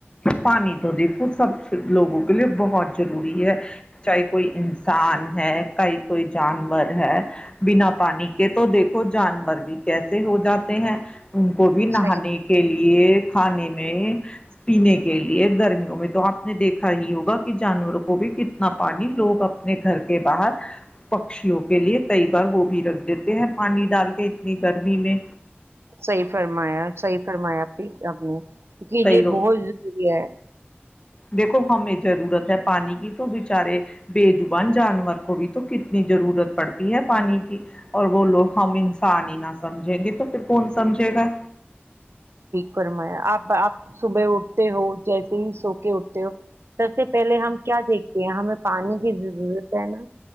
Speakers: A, on the left (about 25°); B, on the right (about 75°).
A: پانی تو دیکھو سب لوگوں کے لیے بہت ضروری ہے چاہے کوئی انسان ہے کہیں کوئی جانور ہے بنا پانی کے تو دیکھو جانور بھی کیسے ہو جاتے ہیں ان کو بھی نہانے
B: صحیح
A: کے لیے کھانے میں پینے کے لیے گرمیوں میں تو آپ نے دیکھا ہی ہوگا کہ جانوروں کو بھی کتنا پانی لوگ اپنے گھر کے باہر پکشیوں کے لیے کئی بار وہ بھی رکھ دیتے ہیں پانی ڈال کے اتنی گرمی میں
B: صحیح فرمایا صحیح فرمایا ٹھیک اپنے کیوں کہ
A: کئی
B: یہ
A: لوگ
B: بہت ضروری ہے
A: دیکھو ہمیں ضرورت ہے پانی کی تو بچارے بےجبان جانور کو بھی تو کتنی ضرورت پڑتی ہے پانی کی اور بولو ہم انسان ہی نہ سمجھیں گے تو پھر کون سمجھے گا
B: فرمایا آپ آپ صبح اٹھتے ہو جیسے ہی سو کے اٹھتے ہو سب سے پہلے ہم کیا دیکھتے ہیں ہمیں پانی کی ضرورت ہے نا